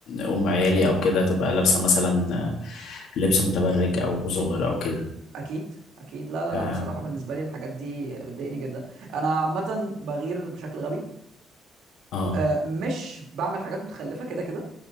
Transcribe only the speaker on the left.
ام عيالي او كده تبقى لابسة مثلا آه، لبس متبرج او زهر او كده
آم،
اه